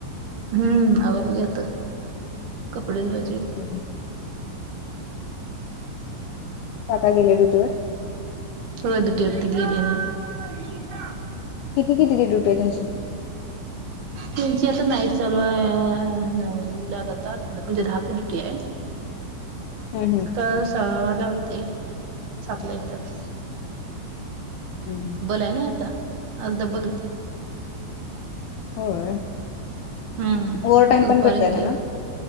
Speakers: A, on the right; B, on the left.
A: हम्म आवडली आता कपडे धुवायची आहेत.
B: ह काका गेले दु तवर
A: हो ड्युटी वरती गेल्यात.
B: किती किती ते ड्युटी आहे त्यांुची
A: त्यांची आता नाईट चालव न उला जातात म्हणजे दहा ड्युटी आहे
B: हम्म हम्म
A: सकाळ साला होते साातल्या येत्यात
B: अम्
A: आहे ना आता. आज डब्बल होती
B: होय,
A: हम्म
B: ओवर टाइम
A: आता दुपारी
B: पण भेटतय का
A: गेलेत
B: त्यांना?